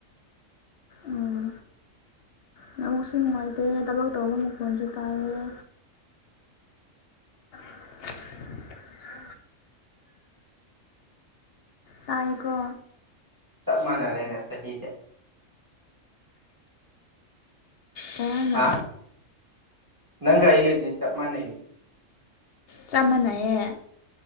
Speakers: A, on the left (about 55°); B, on the right (about 15°).
A: ꯎꯝ ꯅꯧꯕꯁꯨ ꯅꯨꯡꯉꯥꯏꯇꯦ ꯊꯕꯛ ꯇꯧꯕ ꯃꯈꯣꯟꯜꯁꯨ ꯇꯥꯏꯑꯌꯦ <inaudible> ꯇꯥꯏꯀꯣ
B: ꯁꯞ ꯃꯅꯔꯦꯅ ꯁꯍꯤꯗꯦ
A: ꯇꯅ
B: ꯍꯥ ꯅꯪꯒ ꯑꯩꯒ ꯆꯞ ꯃꯥꯟꯅ
A: ꯆ ꯃꯥꯟꯅꯩꯑꯌꯦ